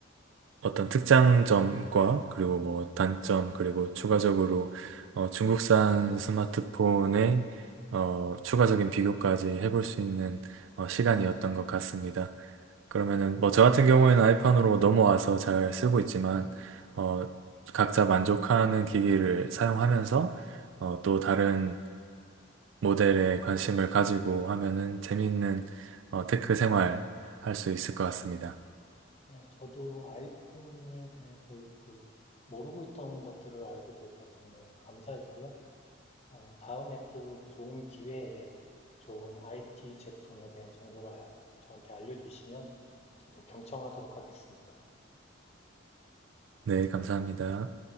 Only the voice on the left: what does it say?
네, 저도 아이폰에 대해서 그 모르고 있던 것들을 알게 돼서 정말 감사했고요. 어, 다음에 또 좋은 기회에 좋은 IT 제품에 대한 정보를 아- 저한테 알려주시면 저도 경청하도록 하겠습니다.